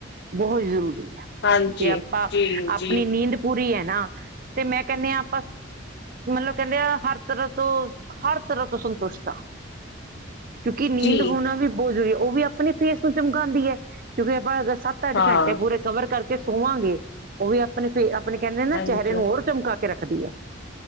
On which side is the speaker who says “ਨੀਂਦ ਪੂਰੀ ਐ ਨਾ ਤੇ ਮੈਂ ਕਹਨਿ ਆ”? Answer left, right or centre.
Right